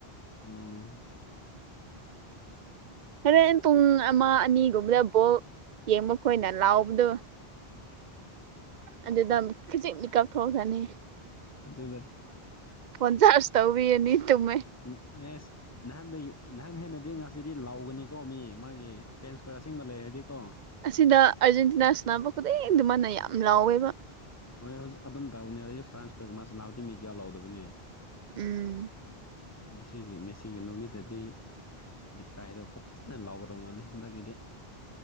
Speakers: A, on the left (about 20°); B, on the right (about 55°).
A: ꯑꯣ
B: ꯍꯣꯔꯦꯟ ꯄꯨꯡ ꯑꯃ ꯑꯅꯤꯒꯨꯝꯕꯗ ꯕꯣꯜ ꯌꯦꯡꯕ ꯈꯣꯏꯅ ꯂꯥꯎꯕꯗꯣ ꯑꯗꯨꯗꯃꯨꯛ ꯈꯤꯖꯤꯛ ꯃꯤꯀꯞ ꯊꯣꯛꯈ꯭ꯔꯅꯤ
A: ꯑꯗꯒ
B: ꯐꯣꯟ ꯆꯥ꯭ꯔꯍ ꯇꯧꯕꯤꯔꯅꯤ ꯇꯨꯝꯃꯦ
A: ꯎꯝ ꯑꯦꯁ ꯅꯍꯥꯟꯗꯒꯤ ꯅꯍꯥꯟ ꯍꯦꯟꯅꯗꯤ ꯉꯁꯤꯗꯤ ꯂꯥꯎꯒꯅꯤꯀꯣ ꯃꯤ ꯃꯥꯒꯤ ꯐꯦꯟꯁꯀ ꯑꯁꯤꯡꯕ ꯂꯩꯔꯗꯤꯀꯣ
B: ꯑꯁꯤꯗ ꯑꯥꯔꯖꯦꯟꯇꯤꯅꯥ ꯁꯥꯟꯅꯕ ꯈꯨꯗꯤꯡ ꯑꯗꯨꯃꯥꯏꯅ ꯌꯥꯝ ꯂꯥꯎꯋꯦꯕ
A: ꯍꯣꯏ ꯍꯧꯖꯤꯛ ꯑꯗꯨꯝ ꯇꯧꯕꯅꯦ ꯍꯧꯖꯤꯛ ꯐ꯭ꯔꯥꯟꯁ ꯀꯣꯏꯒꯨꯝꯃꯥ ꯁꯅꯥꯕꯗꯤ ꯃꯤ ꯀꯌꯥ ꯂꯥꯎꯗꯕꯅꯦ
B: ꯎꯝ
A: ꯃꯦꯁꯤꯒꯤ ꯃꯦꯁꯤꯒꯤ ꯅꯨꯃꯤꯠꯇꯗꯤ ꯂꯩꯀꯥꯏꯗꯣ ꯐꯖꯅ ꯂꯥꯎꯒꯗꯧ ꯃꯥꯜꯂꯦ ꯍꯟꯗꯛꯀꯤꯗꯤ